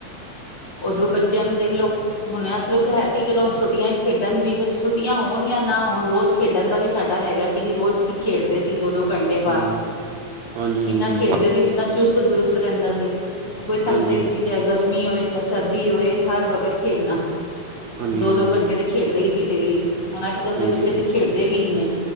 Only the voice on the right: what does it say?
ਹਾਂਜੀ ਹਾਂਜੀ
ਹਾਂਜੀ
ਹਾਂਜੀ
ਹਾਂਜੀ
ਹਾਂਜੀ
ਹਾਂਜੀ